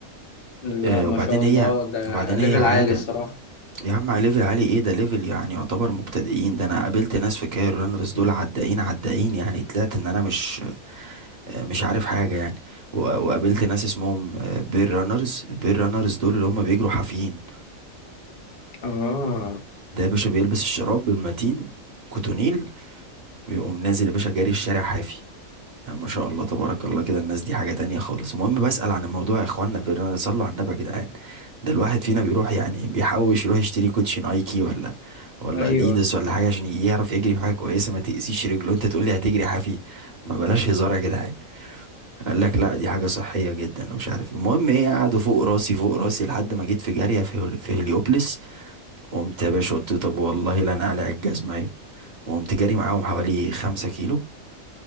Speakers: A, on the left; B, on the right.
A: لا
B: أه
A: ما
B: وبعدين
A: شاء الله
B: هي
A: ده
B: وبعدين
A: ليفل
B: هي عادة
A: عالي الصراحه
B: يا عم على ليفل عالي ايه ده ليفل يعني يعتبر مبتدئين ده انا قابلت ناس في كاير رانرز دول عدائين عدائين يعني طلعت ان انا مش مش عارف حاجة يعني و- وقابلت ناس اسمهم بير رانرز بير رانرز دول اللي هم بيجروا حافيين
A: اه
B: ده يا باشا بيلبس الشراب المتين كوتونيل ويقوم نازل يا باشا جاري الشارع حافي لا ما شاء الله تبارك الله كده الناس دي حاجة تانية خالص المهم بسأل عن الموضوع يا اخوانا بيرنا صلوا على النبي يا جدعان ده الواحد فينا بيروح يعني بيحوش يروح يشتري كوتشي نايكي ولا ولا
A: ايوه
B: اديداس ولا حاجة عشان يعرف يجري بحاجة كويسة ما تأذيش رجله انت تقول لي هتجري حافي ما بلاش هزار يا جدعان قال لك لا دي حاجة صحية جدا ومش عارف إيه. المهم ايه قعدوا فوق راسي فوق راسي لحد ما جيت في جارية في هول- في هليوبلس قمت يا باشا قلت طب والله لا انا قلع الجزمة اهي وقمت جاري معاهم حوالي خمسة كيلو